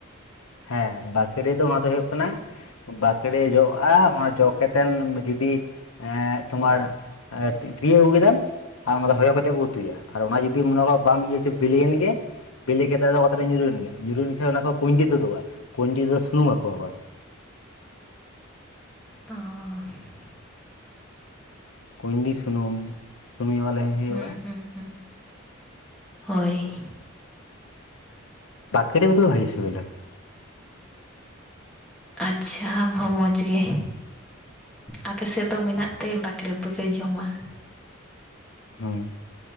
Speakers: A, on the left; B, in the centre.
A: ᱦᱮᱸ ᱵᱟᱠᱮᱲᱮ ᱫᱚ ᱚᱱᱟ ᱫᱚ ᱦᱩᱭᱩᱜ ᱠᱟᱱᱟ ᱵᱟᱠᱲᱮ ᱡᱚᱜᱼᱟ ᱚᱱᱟ ᱡᱚ ᱠᱟᱛᱮᱱ ᱡᱩᱫᱤ ᱮ ᱛᱳᱢᱟᱨ ᱟᱨ ᱛᱤᱭᱩᱜ ᱟᱜᱩᱠᱮᱫᱟᱢ ᱟᱨ ᱚᱱᱟ ᱫᱚ ᱦᱚᱭᱚ ᱠᱟᱛᱮ ᱠᱚ ᱩᱛᱩᱭᱟ ᱟᱨ ᱚᱱᱟ ᱡᱩᱫᱤ ᱢᱚᱱᱮ ᱠᱚᱣᱟ ᱵᱟᱢ ᱤᱭᱟᱹ ᱦᱚᱪᱚ ᱵᱞᱤᱭᱮᱱ ᱜᱮ ᱵᱤᱞᱤ ᱠᱟᱛᱮᱫ ᱫᱚ ᱚᱛᱨᱮ ᱧᱩᱨᱩᱭᱮᱱ ᱜᱮᱭ ᱧᱩᱨᱩᱭᱮᱱ ᱠᱷᱟᱱᱡ ᱚᱱᱟ ᱠᱷᱚᱱ ᱠᱩᱸᱰᱤ ᱛᱩᱫᱩᱜᱼᱟ᱾ ᱠᱩᱸᱰᱤ ᱫᱚ ᱥᱩᱱᱩᱢ ᱟᱠᱚ ᱚᱠᱟᱟᱨᱮ᱾
B: ᱚ
A: ᱠᱩᱸᱭᱰᱤ ᱥᱩᱱᱩᱢ ᱥᱩᱱᱩ ᱟᱞᱮᱧ ᱦᱩᱭᱩᱜᱼᱟ᱾
B: ᱦᱩᱸ ᱦᱩᱸ ᱦᱩᱸ ᱦᱳᱭ
A: ᱵᱟᱠᱮᱲᱮ ᱩᱛᱩ ᱫᱚ ᱵᱷᱟᱹᱜᱤ ᱥᱤᱵᱞᱟ᱾
B: ᱟᱪᱪᱷᱟ ᱟᱢ ᱦᱚᱸ ᱢᱚᱡᱽ ᱜᱮ᱾ ᱟᱯᱮ ᱥᱮᱫ ᱫᱚ ᱢᱮᱱᱟᱜ ᱛᱮ ᱵᱟᱠᱲᱮ ᱩᱛᱩ ᱯᱮ ᱡᱚᱢᱟ᱾
A: ᱦᱩᱸ